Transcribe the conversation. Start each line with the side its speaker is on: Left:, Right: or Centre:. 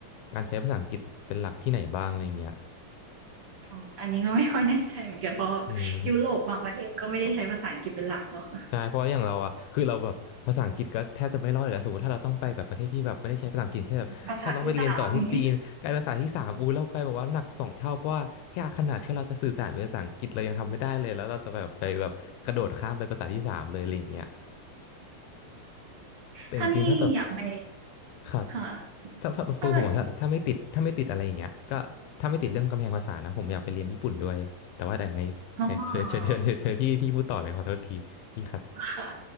Left: การใช้ภาษาอังกฤษเป็นหลักที่ไหนบ้างอะไรเงี้ย
Right: อ๋ออันนี้ก็ไม่ค่อยแน่ใจเหมือนกันเพราะ
Left: อืม
Right: ยุโรปบางประเทศก็ไม่ได้ใช้ภาษาอังกฤษเป็นหลักเนาะ
Left: ใช่เพราะว่าอย่างเราอ่ะคือเราแบบภาษาอังกฤษก็แทบจะไม่รอดอยู่แล้วสมมติถ้าเราต้องไปแบบประเทศที่แบบไม่ได้ใช้ภาษาอังกฤษเช่นแบบถ้าต้องไปเรียนต่อที่จีนกลายเป็นภาษาที่สามอูเรากลายแบบว่าหนักสองเท่าเพราะว่าแค่ขนาดแค่เราจะสื่อสารเป็นภาษาอังกฤษเรายังทำไม่ได้เลยแล้วเราจะแบบไปแบบกระโดดข้ามไปภาษาที่สามเลยอะไรอย่างเงี้ย
Right: ภาษาที่สามอย่างงี้
Left: แต่จริงๆถ้าแบบ
Right: ถ้านี่อยากไป
Left: ครับ
Right: ค่ะ
Left: ถ้าแบบคือผมบอกถ้าถ้าไม่ติดถ้าไม่ติดอะไรอย่างเงี้ยก็ถ้าไม่ติดเรื่องกำแพงภาษานะผมอยากไปเรียนญี่ปุ่นด้วยแต่ว่าแต่ไงแต่เชิญเชิญเชิญเชิญพี่พี่พูดต่อเลยขอโทษทีพี่ครับ
Right: ถ้าเกิดอ๋อ ค่ะ